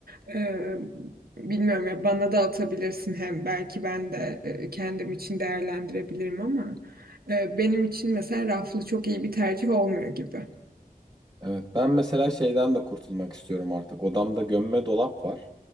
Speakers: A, on the right; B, on the right.
A: ee, bilmiyorum ya bana da atabilirsin hem belki ben de e, kendim için değerlendirebilirim ama e, benim için mesela raflı çok iyi bir tercih olmuyor gibi.
B: Evet, ben mesela şeyden de kurtulmak istiyorum artık. Odamda gömme dolap var